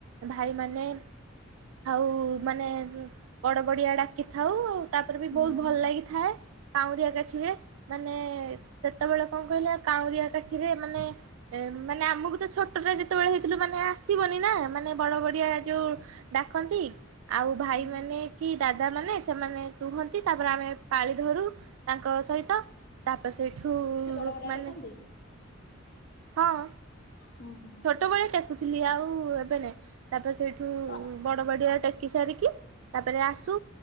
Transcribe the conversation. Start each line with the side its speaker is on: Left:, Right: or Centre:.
Right: ଭାଇମାନେ ଆଉ ମାନେ ବଡ ବଡିଆ ଡାକି ଥାଉ ତାପରେ ବି
Left: ହୁଁ
Right: ବହୁତ
Left: ହୁଁ।
Right: ଭଲ ଲାଗିଥାଏ କାଉଁରିଆ କାଠିରେ ମାନେ ସେତେବେଳେ କଣ କହିଲ କାଉଁରିଆ କାଠିରେ ମାନେ ମାନେ ଆମକୁ ତ ଛୋଟରେ ଯେତେବେଳେ ହେଇଥିଲୁ ମାନେ ଆସିବନି। ନା ମାନେ ବଡ ବଡିଆ ଯୋଉ ଡାକନ୍ତି ଆଉ ଭାଇମାନେ
Left: ହୁଁ
Right: କି ଦାଦାମାନେ ସେମାନେ କୁହନ୍ତି ତାପରେ ଆମେ ପାଳି ଧରୁ ତାଙ୍କ ସହିତ ତାପରେ ସେଇଠୁ
Left: ଵଡ଼ିଆ
Right: ମାନେ
Left: ଟେକନ୍ତି।
Right: ହଁ।
Left: ହୁଁ ହୁଁ।
Right: ଛୋଟବେଳେ ଟେକୁଥିଲି ଆଉ ଏବେ ନାଇଁ ତାପରେ ସେଇଠୁ
Left: ତ
Right: ବଡ ବଡିଆରେ ଟେକି ସାରିକି ତାପରେ ଆସୁ